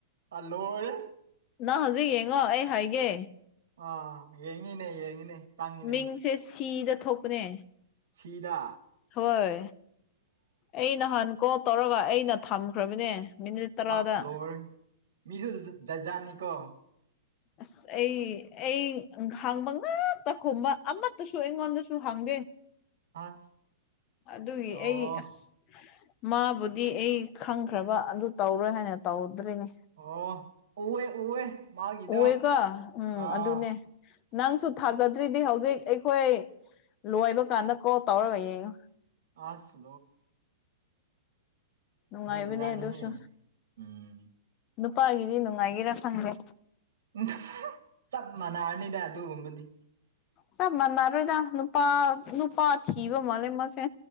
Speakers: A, on the right; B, on the left.
A: ꯑ ꯂꯣꯏꯔꯦ
B: ꯅꯪ ꯍꯧꯖꯤꯛ ꯌꯦꯡꯉꯣ ꯑꯩ ꯍꯥꯏꯒꯦ
A: ꯑ ꯌꯦꯡꯉꯤꯅꯦ ꯌꯦꯡꯉꯤꯅꯦ ꯆꯪꯉꯤꯅꯦ
B: ꯃꯤꯡꯁꯦ ꯁꯤꯗ ꯊꯣꯛꯄꯅꯦ
A: ꯁꯤꯗꯥ
B: ꯍꯣꯏ ꯑꯩ ꯅꯍꯥꯟ ꯀꯣꯜ ꯇꯧꯔꯒ ꯑꯩꯅ ꯊꯝꯈ꯭ꯔꯕꯅꯦ ꯃꯤꯅꯤꯠ ꯇꯔꯥꯗ
A: ꯑ ꯁꯂꯣꯔ ꯃꯤꯁꯨ ꯖꯖꯥꯅꯤꯀꯣ
B: ꯑꯁ ꯑꯩ ꯑꯩꯈꯥꯡꯕ ꯉꯥꯛꯛꯇ ꯈꯨꯝꯕ ꯑꯃꯠꯇꯁꯨ ꯑꯩꯉꯣꯟꯗꯁꯨ ꯍꯪꯗꯦ
A: ꯑꯁ
B: ꯑꯗꯨꯒꯤ
A: ꯑꯣ
B: ꯑꯩ ꯑꯁ ꯃꯥꯕꯨꯗꯤ ꯑꯩ ꯈꯪꯈ꯭ꯔꯕ ꯑꯗꯨ ꯇꯧꯔꯣꯏ ꯍꯥꯏꯅ ꯇꯧꯗ꯭ꯔꯤꯅꯦ
A: ꯑꯣ ꯎꯋꯦ ꯎꯋꯦ ꯃꯥꯒꯤꯗꯣ
B: ꯍꯑꯦꯒ ꯎꯝ
A: ꯑꯥ
B: ꯑꯗꯨꯅꯦ ꯅꯪꯁꯨ ꯊꯥꯖꯗ꯭ꯔꯤꯗꯤ ꯍꯧꯖꯤꯛ ꯑꯩꯈꯣꯏ ꯂꯣꯏꯕ ꯀꯥꯟꯗ ꯀꯣꯜ ꯇꯧꯔꯒ ꯌꯦꯡꯉꯣ
A: ꯑꯗꯦ
B: ꯅꯨꯡꯉꯥꯏꯕꯅꯦ
A: ꯖꯥꯠꯖꯥꯠꯅꯤꯍꯦ
B: ꯑꯗꯨꯁꯨ
A: ꯎꯝ
B: ꯅꯨꯄꯥꯒꯤꯗꯤ ꯅꯨꯡꯉꯥꯏꯒꯦꯔꯥ ꯈꯪꯗꯦ
A: ꯎꯝ ꯆꯞ ꯃꯥꯟꯅꯔꯅꯤꯗ ꯑꯗꯨꯒꯨꯝꯕꯗꯤ
B: ꯆꯞ ꯃꯥꯟꯅꯔꯣꯏꯗ ꯅꯨꯄꯥ ꯅꯨꯄꯥ ꯊꯕ ꯃꯥꯅꯦ ꯃꯁꯦ